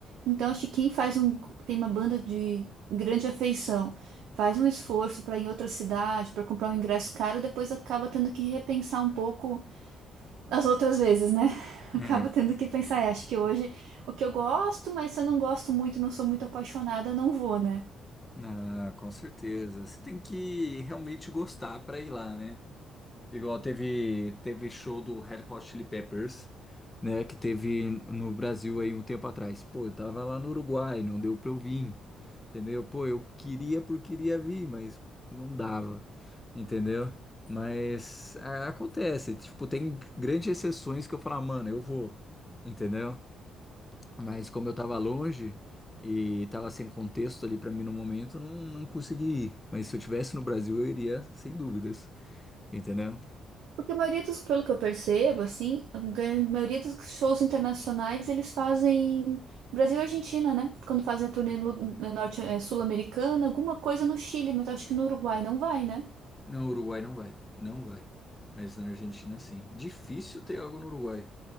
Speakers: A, on the right (about 80°); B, on the left (about 15°).
A: Então, acho que quem faz um, tem uma banda de grande afeição, faz um esforço para ir em outra cidade, para comprar um ingresso caro, depois acaba tendo que repensar um pouco as outras vezes, né? <laughs> Acaba
B: É,
A: tendo que pensar, "É, acho que hoje o que eu gosto, mas se eu não gosto muito, não sou muito apaixonada, não vou, né?
B: Ah, com certeza. Você tem que realmente gostar para ir lá, né? Igual teve teve show do Red Hot Chili Peppers, né? Que teve no Brasil aí um tempo atrás. Pô, eu tava lá no Uruguai, não deu pra eu vir, entendeu? Pô, eu queria por queria vir, mas não dava, entendeu? Mas ah, acontece, tipo, tem grandes exceções que eu falo, "Ah, mano, eu vou, entendeu? Mas como eu tava longe e tava sem contexto ali pra mim no momento, eu não, não consegui ir. Mas se eu tivesse no Brasil, eu iria sem dúvidas, entendeu?
A: Porque a maioria dos, pelo que eu percebo, assim, a gran- maioria dos shows internacionais eles fazem Brasil e Argentina, né? Quando fazem a turnê lu- norte, eh, sul-americana, alguma coisa no Chile, mas eu acho que no Uruguai não vai, né?
B: Não, Uruguai não vai. Não vai. Mas na Argentina, sim. Difícil ter algo no Uruguai.